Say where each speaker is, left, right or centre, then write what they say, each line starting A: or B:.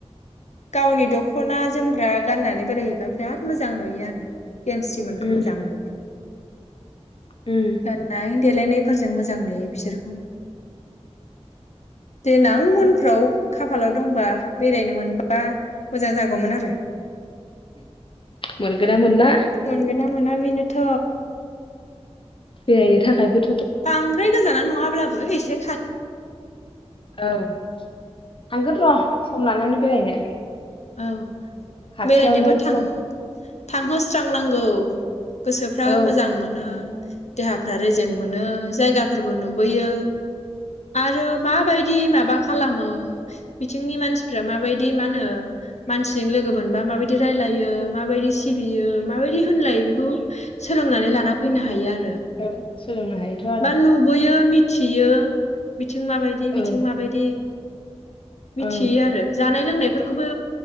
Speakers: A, on the left (about 80°); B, on the left (about 50°).
A: गावनि दख'ना जोमग्रा गाननानै बेरायहैबो बिराद मोजां नुयो आरो गेमस्रिमोनखौ
B: उम
A: मोजां नुयो
B: उम
A: गाननाय देलायनाय फोरजों मोजां नुयो बिसोरखौ। देनां उन फ्राव खाफालाव दंबा बेरायनो मोनबा मोजां जागौमोन आरो
B: मोनगोन ना मोनला
A: मोनगोना मोना बेनोथ'
B: बेरायनो थाखायबो
A: बांद्राय गोजाना नङाब्लाबो एसे खा
B: ओं थांगोन र' सम लानानै बेरायनो।
A: औ
B: खाथियावनो
A: बेरायनोबो
B: सम
A: थां थांहोस्रांनांगौ गोसोफ्रा
B: औ
A: मोजां मोनो देहा फ्रा रेजें मोनो जायगाफोरबो नुबोयो आरो माबायदि माबा खालामो बिथिंनि मानसिफ्रा माबायदि मा होनो मानसिजों लोगो मोनबा माबायदि रायलायो माबायदि सिबियो माबायदि होनलायो बेखौ सोलोंनानै लाना फैनो हायो आरो।
B: ओं सोलोंनो हायोथ' आरो
A: बा नुबोयो मिथियो बिथिं माबायदि बिथिं
B: ओं
A: माबायदि मिथियो
B: ओं
A: आरो जानाय लोंनायफोरखौबो